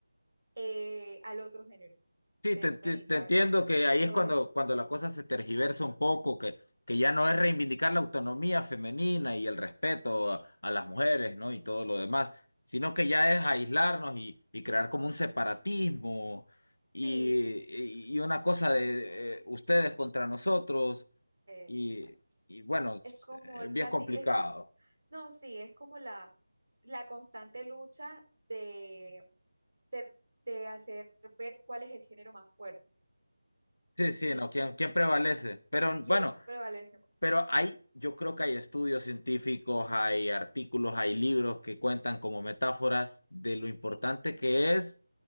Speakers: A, on the right; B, on the left.
A: eh, al otro género,
B: Sí,
A: desmeritar
B: te, te- te entiendo que ahí
A: todo
B: es cuando,
A: eso.
B: cuando la cosa se tergiversa un poco, que, que
A: Sí.
B: ya no es reivindicar la autonomía femenina y el respeto a, a las mujeres, ¿no? Y todo lo demás, sino que ya es aislarnos y, y crear como un separatismo y,
A: Sí,
B: y una cosa de eh, ustedes contra nosotros
A: eh,
B: y,
A: esa.
B: y bueno,
A: Es
B: es,
A: como
B: eh,
A: la,
B: bien complicado.
A: sí, es como, no, sí, es como la, la constante lucha de, de, de hacer ver cuál es el género más fuerte,
B: Sí, sí,
A: ¿sí?
B: ¿no? ¿Quién, quién prevalece? Pero
A: ¿Quién
B: bueno.
A: prevalece más?
B: Pero hay, yo creo que hay estudios científicos, hay artículos, hay libros que cuentan como metáforas de lo importante que es